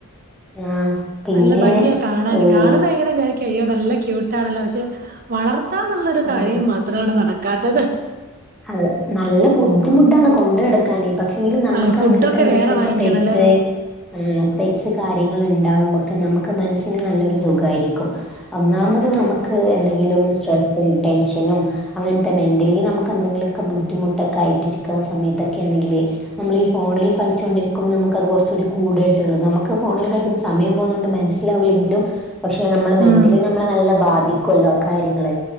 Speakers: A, in the centre; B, on the right.
A: ആഹ് പിന്നെ
B: നല്ല ഭംഗിയ കാണാൻ കാണുമ്പോ
A: എനിക്ക്
B: എങ്ങനെ വിചാ അയ്യോ നല്ല ക്യൂട്ടാണല്ലോ പക്ഷെ വളർത്താന്നുള്ളൊരു കാര്യം
A: ആഹ്
B: മാത്രമാണ് നടക്കാത്തത്
A: അതെ നല്ല ബുദ്ധിമുട്ടാണ്
B: ഉം
A: കൊണ്ട് ടക്കാൻ പക്ഷെ ൽ നമ്മ്ക്ക്
B: ആഹ് ഫുഡൊക്കെ
A: അങ്ങനത്തെ എന്തെങ്കിലുമൊക്കെ
B: വേറെ വാങ്ങിക്കണല്ലേ
A: പെറ്റ്സ് ഉം പെറ്റ്സ് കാര്യങ്ങൾ ഉണ്ടാവുമ്പൊക്കെ നമുക്ക് മനസ്സിന് നല്ലൊരു സുഖമായിരിക്കും ഒന്നാമത് നമുക്ക് എന്തെങ്കിലും സ്ട്രെസും ടെൻഷനും അങ്ങനത്തെ മെന്റലി നമുക്ക് എന്തെങ്കിലൊക്കെ ബുദ്ധിമുട്ടൊക്കെ ആയിട്ടിരിക്കുന്ന സമയത്തൊക്കെ ആണെങ്കിൽ നമ്മൾ ഈ ഫോണിൽ കളിച്ചുകൊണ്ടിരിക്കുമ്പോ നമുക്കത് കുറച്ച്കൂടി കൂടായിട്ടുള്ളൂ നമുക്ക് ഫോണിൽ കളിക്കു,, സമയം പോകുന്നതൊണ്ട് മനസ്സിലാവില്ലെങ്കിലും പക്ഷെ നമ്മള് മെന്റലി
B: ഉം
A: നമ്മളെ നല്ല ബാധിക്കോലോ ആ കാര്യങ്ങള്